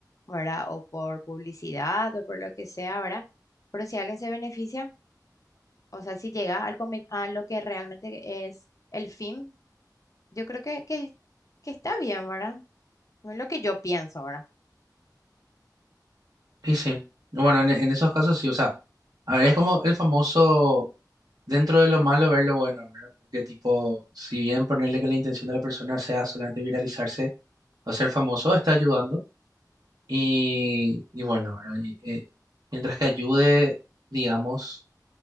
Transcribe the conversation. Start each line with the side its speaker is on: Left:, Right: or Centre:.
Left: ¿verdad? O por publicidad o por lo que sea, ¿verdad? Pero si alguien se beneficia, O sea, si llegas al comi- a lo que realmente es el fin, yo creo que, que, que está bien, ¿verdad? Es lo que yo pienso, ¿verdad?
Right: Sí, sí. Bueno, en, en esos casos sí, o sea, a ver, es como el famoso. dentro de lo malo ver lo bueno, ¿verdad? Porque tipo, si bien ponerle que la intención de la persona sea solamente viralizarse o ser famoso, está ayudando. Y, y bueno, ¿verdad? Y, eh, mientras que ayude, digamos,